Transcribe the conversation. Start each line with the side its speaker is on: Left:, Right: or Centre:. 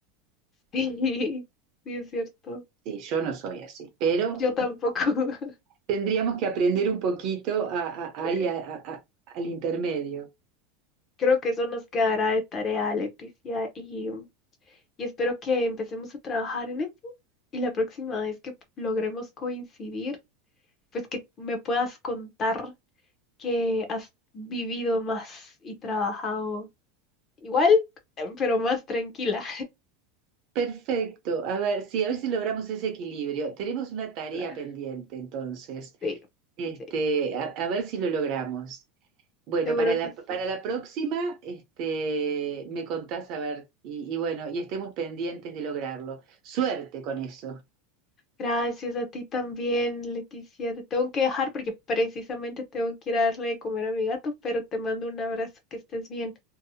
Left: <laughs> Sí, sí, es cierto.
Right: Sí, yo no soy así, pero
Left: Yo tampoco. <laughs>
Right: Tendríamos que aprender un poquito a- a-
Left: Sí.
Right: ahí a- a- a- al intermedio.
Left: Creo que eso nos quedará de tarea, Leticia, y, y espero que empecemos a trabajar en eso. Y la próxima vez que logremos coincidir, pues que me puedas contar que has vivido más y trabajado igual, eh, pero más tranquila.
Right: Perfecto. A ver, sí, a ver
Left: <laughs>
Right: si logramos ese equilibrio. Tenemos una tarea
Left: Claro,
Right: pendiente, entonces.
Left: Sí,
Right: Este,
Left: sí,
Right: a, a ver si lo logramos. Bueno,
Left: seguro
Right: para la,
Left: que
Right: para
Left: sí.
Right: la próxima, este, me contás a ver, y, y bueno, y estemos pendientes de lograrlo. Suerte con eso.
Left: Gracias a ti también, Leticia. Te tengo que dejar porque precisamente tengo que ir a darle de comer a mi gato, pero te mando un abrazo, que estés bien.